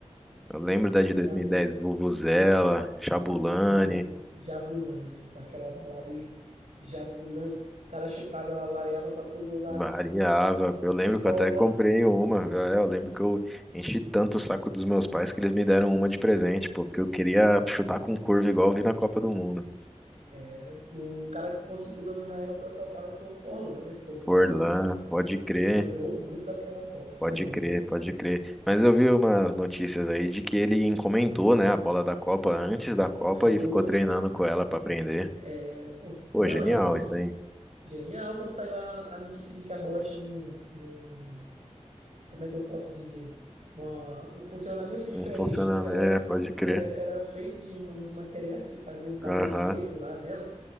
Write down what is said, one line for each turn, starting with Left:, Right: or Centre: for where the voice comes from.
Centre: Eu lembro da
Right: É,
Centre: de 2010,
Right: ali,
Centre: Vuvuzela, Jabulani,
Right: sim, Jabulani, com aquela bola ali, Jabulani. O cara chutava, ela variava para todo lado.
Centre: Variava. Eu
Right: Fufola,
Centre: lembro que eu até comprei uma. É, Eu lembro que eu enchi tanto o saco dos meus pais que eles me deram uma de presente, pô, porque eu queria chutar com curva igual eu vi na Copa do Mundo.
Right: Era. O cara que conseguiu dominar ela, o pessoal fala que foi o Forlan, né? Foi o melhor
Centre: Forlan,
Right: da Copa que ele
Centre: pode crer,
Right: jogou muito aquela Copa, Forlan,
Centre: pode crer,
Right: cara.
Centre: pode crer. Mas eu vi umas notícias aí de que ele encomendou, né, a bola da Copa antes da Copa
Right: Foi.
Centre: e ficou treinando com ela pra aprender.
Right: É, pô,
Centre: Pô,
Right: não,
Centre: genial
Right: é porque.
Centre: isso aí.
Right: Genial quando saiu a, a notícia de que a bola tinha um, um- Como é que eu posso dizer? Uma- um funcionamento diferente,
Centre: Não funciona,
Right: porque ela
Centre: é, pode crer.
Right: é- era feito de uns materiais que faziam dar um
Centre: Aham,
Right: efeito lá nela.